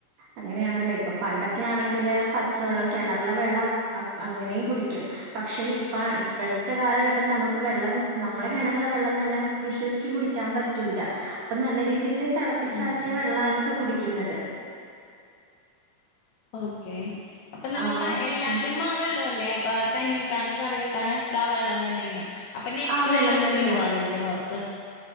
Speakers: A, on the right; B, on the left.
A: അങ്ങനെയാണല്ലോ ഇപ്പൊ പണ്ടൊക് ക്കെ ആണെങ്കിൽ പച് പച്ചവെള്ളം കിണറിലെ വെള്ളം അപ് അപ് അങ്ങനെയും കുടിക്കും പക്ഷേ ഇപ്പ ഇപ്പഴ് ഇപ്പത്തെ കാലഘട്ടം നമുക്ക് വെള്ളം നമ്മളെ കെണറിലുള്ള വെള്ളം തന്നെ വിശ്വസിച്ച് കുടിക്കാൻ പറ്റൂല അപ്പൊ നല്ല രീതിയില് തിളപ്പിച്ചാറ്റിയ
B: ഉം ഉം
A: വെള്ളാണ് ഇപ്പൊ കുടിക്കുന്നത്
B: ഓക്കെ അപ്പൊ നമ്മ
A: ആ
B: നമ്മ എല്ലാത്തിനും
A: പിന്നെ
B: മാ വെള്ളം അല്ലേ അപ്പൊ കഞ്ഞി വെക്കാനും കറി വെക്കാനും ഒക്കെ ആ വെള്ളം തന്നെയാണ് അപ്പൊ നെറ്റ്
A: ആ വെള്ളം
B: വെല്ലോം ഒക്കെ
A: തന്നെയാണ്
B: ഇടുവോ അയിൽന്റെ പൊറത്ത്